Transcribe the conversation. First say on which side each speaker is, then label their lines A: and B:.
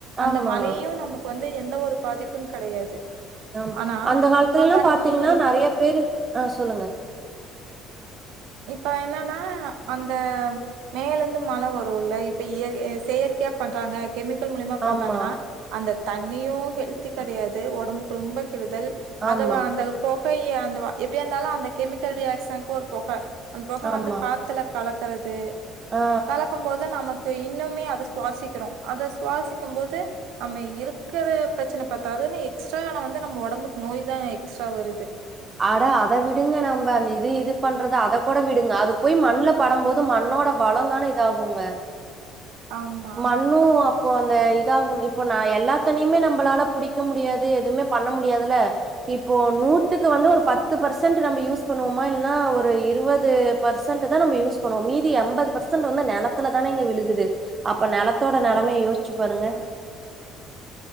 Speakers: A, on the right; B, on the right.
A: அந்த
B: ஆமா.
A: மலையு நமக் கு வந்து எந்த ஒரு பாதிப்புங் கெடையாது
B: ஆம்
A: ஆனா
B: அந்த காலத்துலெல்லா
A: இப்ப பண்ணி
B: பாத்தீங்ன்னா நறையா பேரு ஆ சொல்லுங்க
A: இப்ப என்னன்னா அந்த மேலந்து மழ வருல்ல இப்ப இயற் எ செயற்கையா பண்றாங்க கெமிக்கல் மூலியமா பண்றாங்கன்னா
B: ஆமா
A: அந்த தண்ணியு ஹெல்த்தி கெடையாது ஒடம்புக்கு ரொம்பக் கெடுதல்
B: ஆமா
A: அதுவா அந்தல் பொகைய அந்த வா எப்டியாந்தாலு அந்த கெமிக்கல் ரியாக்ஷனுக்கு ஒரு பொக அந்த பொக
B: ஆமா
A: வந்து காத்துல கலக்கறது
B: ஆ
A: க்கும் போது நமக்கு இன்னுமே அத சுவாசிக்கிறோ அத சுவாசிக்கும் போது அம்ம இருக்குற ப்ரச்சன பத்தாதுன்னு எக்ஸ்ட்ராவால்லா வந்து நம்ம ஒடம்புக்கு நோய் தா எக்ஸ்ட்ரா வருது
B: அட அத விடுங்க நம்ப அந்த இது இது பண்றத அதக் கூட விடுங்க அது போய் மண்ல படம்போது மண்ணோட வளோந்தானே இதாகுங்க
A: ஆமா.
B: மண்ணு அப் இப்போ அந்த இதாகு இப்போ நா எல்லாத்தனையுமே நம்பளால புடிக்க முடியாது எதுவுமே பண்ண முடியாதுல்ல இப்போ நூத்துக்கு வந்து ஒரு பத் து பர்சன்ட் நம்ப யூஸ் பண்ணுவோமா இல்லன்னா ஒரு இருவது பர்சன்ட் தா நம்ப யூஸ் பண்ணுவோ மீதி எம்பத் பர்சென்ட் வந்து நெலத்துல தானேங்க விழுகுது அப்ப நெலத்தோட நெலமய யோசிச்சு பாருங்க